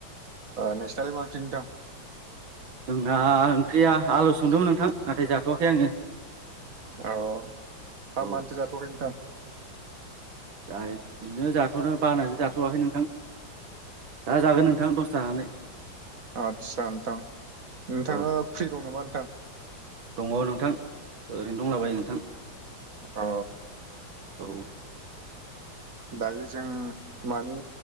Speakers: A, on the right (about 50°); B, on the right (about 80°).
A: नोंसिनालाय मा ओंख्रि नोंथां
B: जोंना ओंख्रिया आलु संदोंमोन नोंथां नाथाय जाथ'वाखै आङो
A: अ हा
B: औ
A: मानोथो जाथ'आखै नोंथां
B: बिदिनो जाथ'नो बानायनानै जाथ'वाखै नोंथां दा जागोन नोंथां दस सानानै
A: आदसा नोंथां नोंथाङा
B: औ
A: फ्रि दं नामा नोंथां
B: दङ नोंथां ओरैनो दंलाबायो नोंथां
A: अ
B: औ
A: दायो जों मानि